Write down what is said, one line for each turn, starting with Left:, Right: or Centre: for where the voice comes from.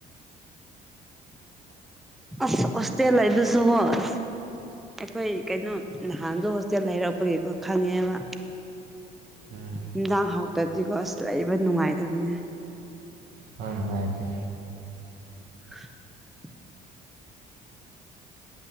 Centre: ꯁꯁꯇꯦ ꯂꯩꯗꯨ ꯁ ꯍꯁ ꯑꯩꯈꯣꯏ ꯀꯩꯅꯣ ꯅꯍꯥꯟꯗ ꯍꯣꯁꯇꯦꯜ ꯂꯩꯔꯛꯄꯒꯤꯀꯣ ꯈꯪꯉꯦꯕ
Right: ꯎꯝ
Centre: ꯌꯦꯟꯖꯥꯡ ꯍꯥꯎꯇꯗꯤꯀꯣ ꯑꯁ ꯂ ꯂꯩꯕ ꯅꯨꯡꯉꯥꯏꯇꯕꯅꯦ
Right: ꯍꯅ ꯃꯗꯤ
Centre: <unintelligible>